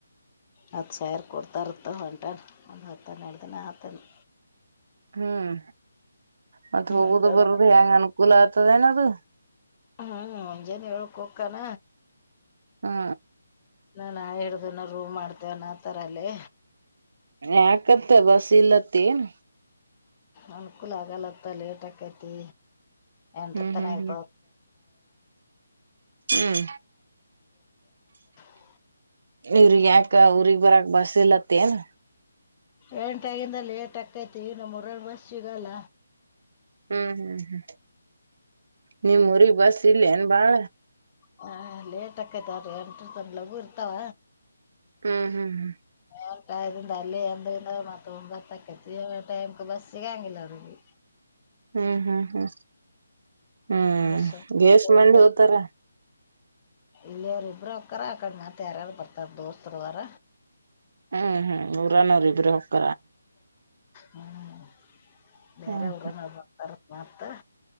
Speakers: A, on the left (about 30°); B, on the right (about 60°).
A: ಹತ್ತು ಸಾರ ಕೊಡ್ತಾ ಇರ್ತ ಹೊಂಟ ಒಂದು ಹತ್ತಂದು ಹೇಳ್ದಿನ ಆತಂದು
B: ಹ್ಮ್ ಮತ್ತ್ ಹೋಗುದು
A: ಹೊಂಟಾನ
B: ಬರದು ಹೆಂಗ ಅನುಕೂಲ ಆತದ ಏನದು
A: ಹ್ಮ್ ಮುಂಜಾನ ಹೇಳುಕೋಕ್ಕಾನ
B: ಹಾ
A: ನಾ ಹಿಡ್ದನ ರೂ್ ಮಾಡ್ತೇವನ್ ಆನಾತರಲ್ಲಿ
B: ಯಾಕತ್ ಬಸ್ ಇಲ್ಲತ್ತೇನ್
A: ಅನ್ಕೂಲ್ ಆಗಲ್ಲತ್ತ ಲೇಟ್ ಆಕೈತಿ ಎಂಟ್ರ
B: ಹ್ಮ್
A: ತನ
B: ಹ್ಮ್
A: ಐತ
B: ಹ್ಮ್ ಹ್ಮ್
A: <unintelligible>
B: ಇವ್ರಿಗೆ ಯಾಕ ಊರಿಗ್ ಬರಕ್ ಬಸ್ ಇಲ್ಲತೆನ್
A: ಎಂಟಾಗಿಿಂದ ಲೇ ಟಕ್ಕೈತಿ ಇ ನ ರಡ್ ಬಸ್ ಸಿಗಲ್ಲ
B: ಹ್ಮ್ ಹ್ಮ್ ಹ್ಮ್ ನಿಮ್ ಊರಿಗ್ ಬಸ್ ಇಲ್ಲ ಏನ್ ಬಾಳ
A: ಹ ಲೇಟ್ ಆಕೈತ್ ಅ್ರಿ ಎಂಟ್ರ ತಂದ ಲಗು ಇರ್ತಾವ
B: ಹ್ಮ್ ಹ್ಮ್ ಹ್ಮ್
A: ಂಟ ಇದಿಂದ ಅಲ್ಲಿ ಎಂದ ಮತ್ತ ಬರ್ತಕೇತಿ ಟೈಮ ಬಸ್ ಸಿಗಂಗಿಲ್ಲರಿಗೆ
B: ಹ್ಮ್ ಹ್ಮ್ ಹ್ಮ್ <inaudible> ಹ್ಮ್
A: ಅದ್ರ
B: ಏಸ್ ಮಂದ್ ಹೋತಾರ
A: ಇಲ್ಲಿವರು ಇಬ್ರು ಅಕ್ಕರ ಅಕಡೆ ಮತ ಯಾರಾರ ಬರ್ತಾರ ದೋಸ್ತರುವಾರ
B: ಹ್ಮ್ ಹ್ಮ್ ಊರ ನರಿಬ್ರ ಹೋಗಕ
A: ಹ್ಮ್ ಬೇರೆ
B: ಹ್ಮ್
A: ಊರನರ್ ಬರ್ತಾರಂತ್ ಮತ್ತ